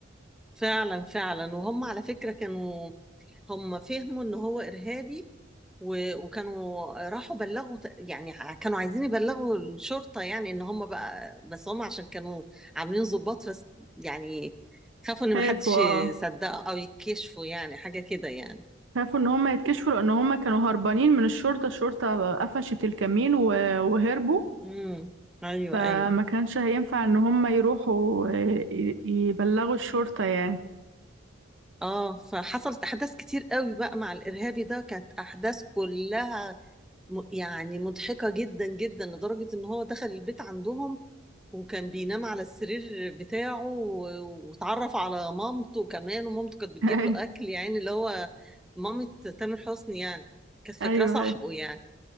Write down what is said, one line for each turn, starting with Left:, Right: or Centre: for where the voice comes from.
Centre: فعلا فعلا وهم على فكرة كانوا هم فهموا ان هو ارهابي و- وكانوا راحوا بلغوا ت- يعني ع- كانوا عايزين يبلغوا الشرطة يعني ان هم بقى بس هم عشان كانوا عاملين ضباط بس يعني خافوا ان
Right: خافوا
Centre: محدش يصدقه
Right: اه
Centre: او يكشفوا يعني حاجة كده يعني
Right: خافوا ان هم يتكشفوا لان هم كانوا هربانين من الشرطة الشرطة قفشت الكمين و- وهربوا
Centre: امم ايوه
Right: فما
Centre: ايوه
Right: كانش هينفع ان هم يروحوا آه، ي- يبلغوا الشرطة يعني
Centre: اه فحصلت احداث كتير قوي بقى مع الارهابي ده كانت احداث كلها م- يعني مضحكة جدا جدا لدرجة ان هو دخل البيت عندهم وكان بينام على السرير بتاعه و- واتعرف على مامته كمان ومامته كانت بتجيب
Right: <laughs>
Centre: له اكل يعني اللي هو مامة تامر حسني يعني كانت فاكراه
Right: ايوه
Centre: صاحبه يعني